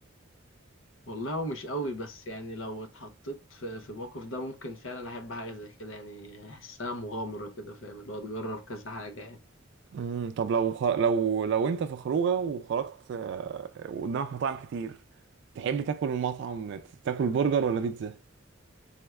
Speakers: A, on the left; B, on the right.
A: والله هو مش قوي بس يعني لو اتحطيت في في الموقف ده ممكن فعلا احب حاجه زي كده يعني احسها مغامره كده فاهم اللي هو تجرب كذا حاجه يعني
B: امم طب لو خ... لو لو انت في خروجه وخرجت آه، وقدامك مطاعم كتير تحب تاكل المطعم ت- تاكل برجر ولا بيتزا